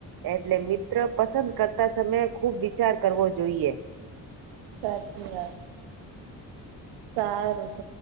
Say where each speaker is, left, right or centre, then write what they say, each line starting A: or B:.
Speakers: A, on the right; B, on the right.
A: એટલે મિત્ર પસંદ કરતા સમયે ખુબ વિચાર કરવો જોઈએ.
B: સાચવી વાત સારું ત.